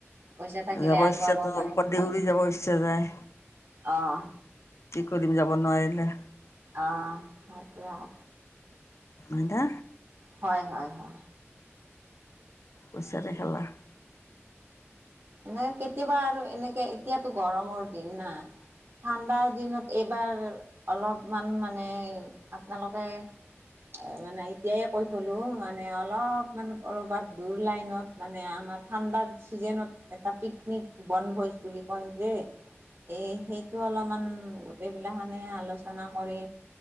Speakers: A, on the right; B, on the left.
A: পইচা থাকিলে
B: যাব ইচ্ছা
A: আগুৱাব পাৰি
B: ওপৰত দি উৰি যাব ইচ্ছা যায়।
A: অ'
B: কি কৰিম যাব নোৱাৰিলে?
A: অ সেইটোৱে আও।
B: আধা
A: হয় হয় হয়।
B: পইচাৰে খেলা
A: মানে কেতিয়াবা আৰু এনেকে এতিয়াতো গৰমৰ দিন না ঠাণ্ডাৰ দিনত এইবাৰ অলপমান মানে আপোনালোকে এ মানে এতিয়াই কৈ থলো মানে অলপমান কৰ'বাত দূৰ লাইনত মানে আমাৰ ঠাণ্ডাৰ ছিজনত এটা পিকনিক বনভোজ বুলি কয় যে এ সেইটো অলপমান গোটেই বিলাখনে আলোচনা কৰি